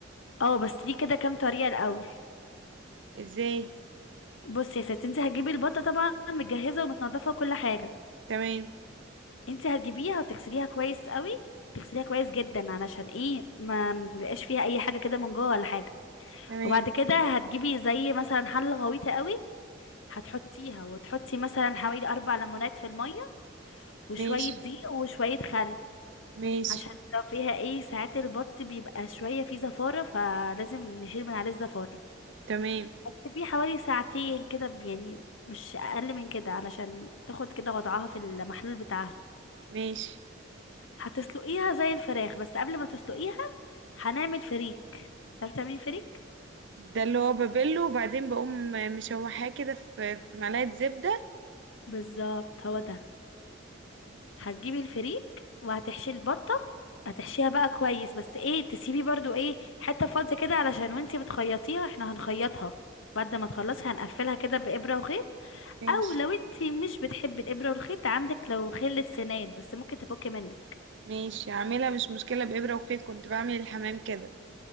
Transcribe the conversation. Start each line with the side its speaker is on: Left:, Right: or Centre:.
Left: اه بس دي كده كام طريقه الاول
Right: ازاي
Left: بصي يا ستي انت هتجيبي البطه طبعا متجهزه ومتنضفه وكل حاجه
Right: تمام
Left: انت هتجيبيها وتغسليها كويس قوي تغسليها كويس جدا علشان ايه ما مبقاش فيها اي حاجه كده من جوه ولا حاجه
Right: تمام
Left: وبعد كده هتجيبي زي مثلا حله غويطه قوي هتحطيها وتحطي مثلا حوالي اربع ليمونات في الميه وشويه
Right: ماشي
Left: دقيق وشويه خل
Right: ماشي
Left: عشان لو فيها ايه ساعات البط بيبقى شوية فيه زفارة فلازم نشيل من عليه الزفارة
Right: تمام
Left: هتسيبيه حوالي ساعتين كده ب- يعني مش اقل من كده علشان تاخد كده وضعها في المحلول بتاعها
Right: ماشي
Left: هتسلقيها زي الفراخ بس قبل ما تسلقيها هنعمل فريك تعرفي تعملي فريك
Right: ده اللي هو ببله وبعدين بقوم مشوحاه كده في في معلقة زبدة
Left: بالظبط هو ده هتجيبي الفريك وهتحشي البطة هتحشيها بقى كويس بس ايه تسيبي برضو ايه حتة فاضية كده علشان وانتي بتخيطيها احنا هنخيطها بعد ما تخلصي هنقفلها كده بإبرة وخيط
Right: ماشي
Left: او لو انتي مش بتحبي الابره والخيط عندك لو خل السنان بس ممكن تفك منك
Right: ماشي عاملها مش مشكلة بإبرة وخيط كنت بعمل الحمام كده